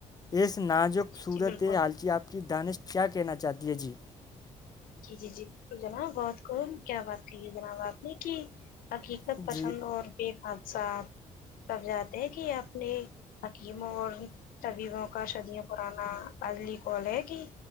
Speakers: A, on the left (about 25°); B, on the left (about 75°).
A: اس نازک
B: جی
A: صورت
B: جی بالکل
A: آالچی آپ کی دانشٹ کیا کہنا چاہتی ہے جی
B: جی جی جی بالکل جناب بہت خم کیا بات کہیے جناب آپ نے کہ حقیقت
A: جی
B: پسند اور بے حادثات سب جاتے ہیں کہ اپنے حکیموں اور طبیبوں کا شدیوں پررانا عزلی کال ہے کہ